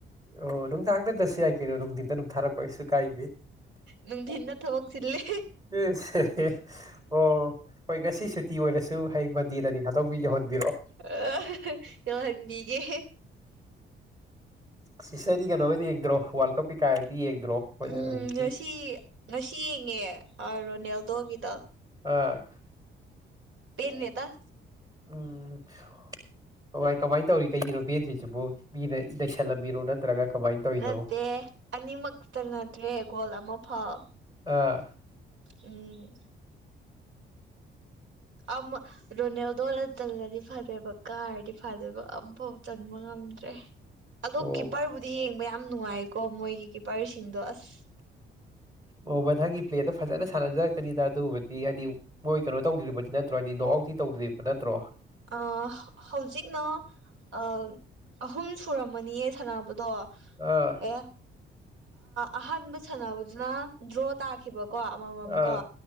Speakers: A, on the right; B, on the right.
A: ꯑꯣ ꯅꯨꯡꯗꯥꯡ ꯅꯠꯇ꯭ꯔꯁꯨ ꯌꯥꯏ ꯀꯩꯅꯣ ꯅꯨꯡꯊꯤꯟꯗ ꯑꯗꯨꯝ ꯊꯥꯔꯛꯄ ꯀꯩꯁꯨ ꯀꯥꯏꯗꯦ
B: ꯅꯨꯡꯊꯤꯜꯗ ꯊꯕꯛ ꯆꯤꯜꯂꯦ
A: ꯏꯁ ꯑꯣ ꯍꯣꯏ ꯉꯁꯤ ꯁꯨꯇꯤ ꯑꯣꯏꯔꯁꯨ ꯍꯌꯦꯡ ꯃꯟꯗꯦꯗꯗꯤ ꯊꯥꯗꯣꯛ ꯌꯧꯍꯟꯕꯤꯔꯛꯑꯣ
B: ꯑ ꯌꯧꯍꯟꯕꯤꯒꯦ
A: ꯁꯤꯁꯇꯔꯗꯤ ꯀꯩꯅꯣꯒꯗꯤ ꯌꯦꯡꯗ꯭ꯔꯣ ꯋꯥꯔꯜ ꯀꯞ ꯀꯩ ꯀꯥꯗꯤ ꯌꯦꯡꯗ꯭ꯔꯣ ꯍꯧꯖꯤꯛꯇꯤ
B: ꯎꯝ ꯉꯁꯤ ꯉꯁꯤ ꯌꯦꯡꯉꯦ ꯑ ꯔꯣꯅꯦꯜꯗꯣꯒꯤꯗꯣ
A: ꯑ
B: ꯄꯦꯟꯗꯦꯗ
A: ꯎꯝ ꯑꯣ ꯀꯃꯥꯏ ꯀꯃꯥꯏꯅ ꯇꯧꯔꯤ ꯀꯩꯒꯤꯅꯣ ꯄꯦꯟꯗ꯭ꯔꯤꯁꯤꯕꯨ ꯃꯤꯅ ꯅꯩꯁꯜꯂꯝꯃꯤꯔꯣ ꯅꯠꯇ꯭ꯔꯒ ꯀꯃꯥꯏꯅ ꯇꯧꯔꯤꯅꯣ
B: ꯅꯠꯇꯦ ꯑꯅꯤꯃꯛ ꯆꯟꯅꯗ꯭ꯔꯦ ꯒꯣꯜ ꯑꯃ ꯐꯥꯎ
A: ꯑꯥ
B: ꯎꯝ ꯑꯃ ꯔꯣꯅꯦꯜꯗꯣꯅ ꯆꯜꯂꯗꯤ ꯐꯗꯣꯏꯕ ꯀꯥꯔꯗꯤ ꯐꯗꯣꯏꯕ ꯑꯝꯐꯥꯎ ꯆꯟꯕ ꯉꯝꯗ꯭ꯔꯦ ꯑꯗꯣ
A: ꯑꯣ
B: ꯀꯤꯞꯄꯔꯕꯨꯗꯤ ꯌꯦꯡꯕ ꯌꯥꯝ ꯅꯨꯡꯉꯥꯏꯀꯣ ꯃꯣꯏꯒꯤ ꯀꯤꯞꯄꯔꯁꯤꯡꯗꯣ ꯑꯁ
A: ꯑꯣ ꯃꯊꯪꯒꯤ ꯄ꯭ꯂꯦꯗꯣ ꯐꯖꯅ ꯁꯥꯟꯅꯖꯔꯛꯀꯅꯤꯗ ꯑꯗꯨꯕꯨꯗꯤ ꯍꯥꯏꯗꯤ ꯃꯣꯏ ꯀꯩꯅꯣ ꯇꯧꯗ꯭ꯔꯤꯕꯗꯤ ꯅꯠꯇ꯭ꯔꯣ ꯍꯥꯏꯗꯤ ꯅꯣꯛ ꯑꯥꯎꯠꯇꯤ ꯇꯧꯗ꯭ꯔꯤꯕ ꯅꯠꯇ꯭ꯔꯣ
B: ꯑ ꯍꯧꯖꯤꯛꯅ ꯑ ꯑꯍꯨꯝ ꯁꯨꯔꯝꯃꯅꯤꯌꯦ ꯁꯥꯟꯅꯕꯗꯣ
A: ꯑꯥ
B: ꯑꯦ ꯑ ꯍꯥꯟꯕ ꯁꯥꯟꯅꯕꯗꯨꯅ ꯗ꯭ꯔꯣ ꯇꯥꯈꯤꯕ ꯀꯣ ꯑꯃꯃꯝ
A: ꯑꯥ
B: ꯀꯣ